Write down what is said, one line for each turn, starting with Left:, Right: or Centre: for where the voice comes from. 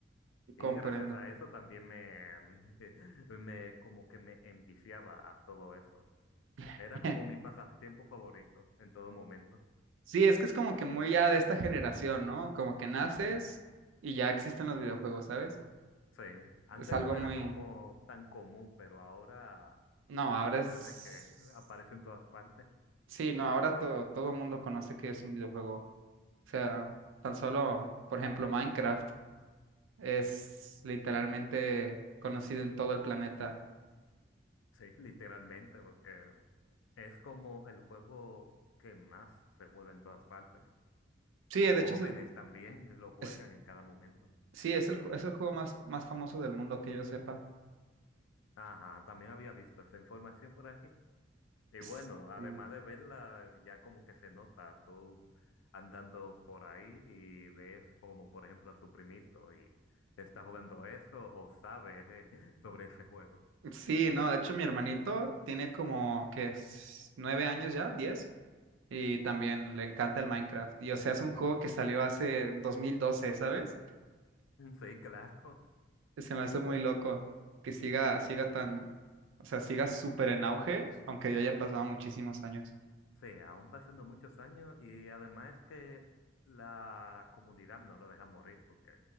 Right: Comprendo.
Left: Y gracias a eso también me, <laughs> me como que me enviciaba a todo eso.
Right: <laughs>
Left: Era como mi pasatiempo favorito en todo momento.
Right: Sí, es que es como que muy ya de esta generación, ¿no? Como que naces y ya existen los videojuegos, ¿sabes?
Left: Sí, antes
Right: Es algo
Left: no era
Right: muy...
Left: como tan común, pero ahora
Right: No, ahora
Left: sucede
Right: es...
Left: que aparece en todas partes.
Right: Sí, no, ahora to- todo el mundo conoce que es un videojuego. O sea, tan solo, por ejemplo, Minecraft es literalmente conocido en todo el planeta.
Left: Sí, literalmente, porque es como el juego que más se juega en todas partes.
Right: Sí, de
Left: Jóvenes
Right: hecho es el...
Left: también lo juegan
Right: Es...
Left: en cada momento.
Right: Sí, es el, ju- es el juego más, más famoso del mundo que yo sepa.
Left: Ajá, también había visto esa información por aquí. Y
Right: S-
Left: bueno, además
Right: Sí.
Left: de verla, ya como que se nota tú andando por ahí y ves como por ejemplo a tu primito y está jugando eso o sabes eh, <laughs> sobre ese juego.
Right: Sí, no, de hecho mi hermanito tiene como que es nueve años ya, diez. Y también le encanta el Minecraft. Y o sea, es un juego que salió hace 2012, ¿sabes?
Left: Sí, claro. <laughs>
Right: Se me hace muy loco que siga, siga tan, o sea, siga súper en auge, aunque ya hayan pasado muchísimos años.
Left: Sí, aún pasando muchos años y además que la comunidad no lo deja morir porque